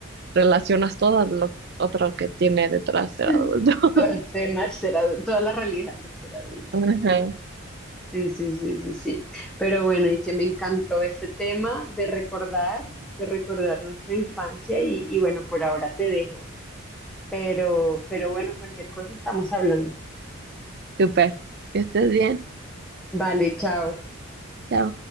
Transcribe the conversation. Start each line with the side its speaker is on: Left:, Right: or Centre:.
Right: relacionas todo lo otro que tiene detrás ser
Centre: <laughs>
Right: adulto. <laughs>
Centre: Todo el tema de ser adulto, toda la realidad de ser adulto.
Right: Ajá,
Centre: Sí, sí, sí, sí, sí. Pero bueno, Itziar, me encantó este tema de recordar, de recordar nuestra infancia y, y bueno, por ahora te dejo. Pero, pero bueno, cualquier cosa estamos hablando.
Right: súper. Que estés bien.
Centre: Vale, chao.
Right: Chao.